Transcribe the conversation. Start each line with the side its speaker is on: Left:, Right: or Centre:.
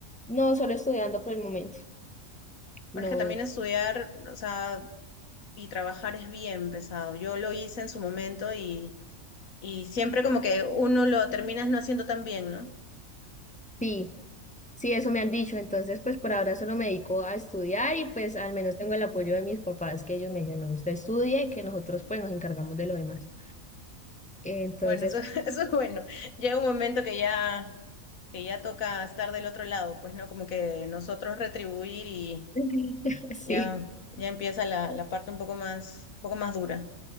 Centre: No, solo estudiando por el momento.
Left: Bueno,
Centre: No,
Left: es que también estudiar, o sea, y trabajar es bien pesado. Yo lo hice en su momento y, y siempre como que uno lo terminas no haciendo tan bien, ¿no?
Centre: sí, sí, eso me han dicho, entonces pues por ahora solo me dedico a estudiar y pues al menos tengo el apoyo de mis papás que ellos me dicen, no, usted estudie, que nosotros pues nos encargamos de lo demás. Entonces,
Left: Bueno, eso, <laughs> eso es bueno. Llega un momento que ya, que ya toca estar del otro lado, pues, ¿no? Como que nosotros retribuir y
Centre: <laughs> sí.
Left: ya, ya empieza la, la parte un poco más, un poco más dura.